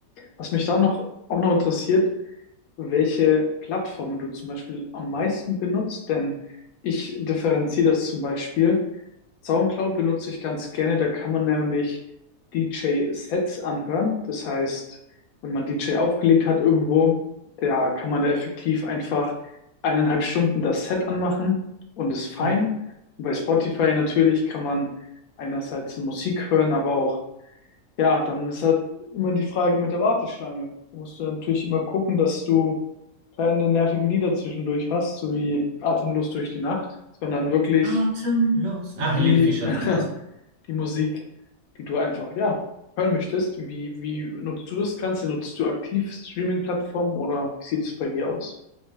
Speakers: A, on the left; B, on the right.
A: Was mich da noch auch noch interessiert, welche Plattformen du zum Beispiel am meisten benutzt, denn ich differenziere das zum Beispiel. SoundCloud benutze ich ganz gerne, da kann man nämlich DJ-Sets anhören. Das heißt, wenn man DJ aufgelegt hat irgendwo, da kann man da effektiv einfach eineinhalb Stunden das Set anmachen und ist fein.
B: cool.
A: Und bei Spotify natürlich kann man einerseits Musik hören, aber auch, ja, dann ist halt immer die Frage mit der Warteschlange. Da musst du natürlich immer gucken, dass du keine nervigen Lieder zwischendurch hast, so wie Atemlos durch die Nacht, sondern wirklich
B: Atemlos.
A: die,
B: Ah, Helene Fischer,
A: <laughs>
B: das war's.
A: die Musik, die du einfach, ja, hören möchtest. Wie, wie nutzt du das Ganze? Nutzt du aktiv Streaming-Plattformen oder wie sieht es bei dir aus?